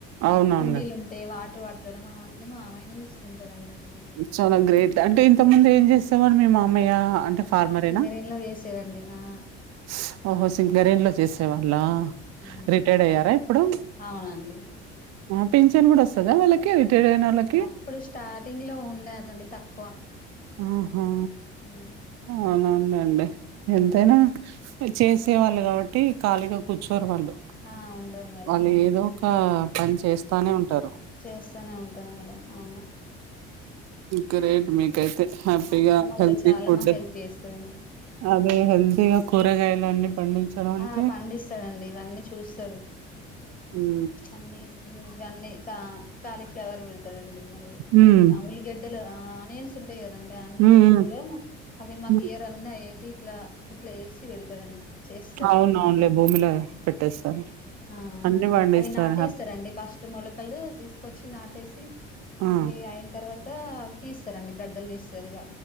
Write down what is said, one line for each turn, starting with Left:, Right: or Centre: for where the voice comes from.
Right: అవునవునులే
Left: ఆ కుండీలు టే వాటర్ వట్టడం అవన్నీ మా మామయ్యనే జూస్కుంటడండి అవన్నీ.
Right: చాలా గ్రేట్, అంటే ఇంతకుముందు ఏం జేసేవాడు మీ మామయ్య? అంటే
Left: మావయ్య
Right: ఫార్మరేనా
Left: సింగరేణిలో జేసేదండి, ఆ
Right: స్ ఓహో సింగరేణిలో జేసేవాళ్ళ.
Left: ఆ
Right: రిటైర్డ్ అయ్యారా ఇప్పుడు?
Left: అవునండి
Right: ఆ పిన్చన్ గుడ ఒస్తదా వాళ్ళకి రిటైర్డ్ అయినొళ్ళక్?
Left: అప్పుడు స్టార్టింగ్ లో ఉండేదండి తక్కువ.
Right: ఆహా
Left: ఉహు
Right: అవునానండే ఎంతైనా ఇద్ చేసే వాళ్ళు గావట్టి ఖాళీగా కూర్చోరు వాళ్ళు.
Left: ఆ ఉండదు మేడం
Right: వాళ్ళు
Left: అదే
Right: ఏదో ఒక పన్ చేస్తానే ఉంటారు.
Left: చేస్తనే ఉంటరు మేడం అవును.
Right: గ్రేట్ మీకైతే హ్యాపీగా
Left: మా అత్తమ్మ
Right: హెల్తీ
Left: కూడా చాలా
Right: ఫుడ్డు,
Left: మా హెల్ప్ చేస్తదండి
Right: అవే హెల్తీగా కూరగాయలన్నీ పండించడం అంటే
Left: ఆ పండిస్తడండి ఇవన్నీ చూస్తడు,
Right: హ్మ్.
Left: అన్నీ ఉమ్ ఇవన్నీ కా కాలీఫ్లేవర్ పెడతడండి మళ్ళీ
Right: హ్మ్.
Left: ఆ ఉల్లిగడ్డలు, ఆనియన్స్ ఉంటయి కదండి. ఆనియన్స్
Right: హ్మ్. హ్మ్.
Left: లో అవి మాకు
Right: హ్మ్.
Left: ఇయర్ అన్ని అయ్యేటి ఇట్లా ఇట్ల చేసి పెడతడం, చేస్ చూడు
Right: అవునవునులే భూమిలో
Left: ఉమ్
Right: పెట్టేస్తారు.
Left: ఆ
Right: అన్నీ పండిస్తారు
Left: అవి నాటేస్తరండి
Right: హ్యాప్
Left: ఫస్ ట్ మొలకలు తీసుకొచ్చి నాటేసి, అవి
Right: ఆ!
Left: అయిన తర్వ త అవి తీస్తరండి గడ్డలు తీస్తరు ఇగ.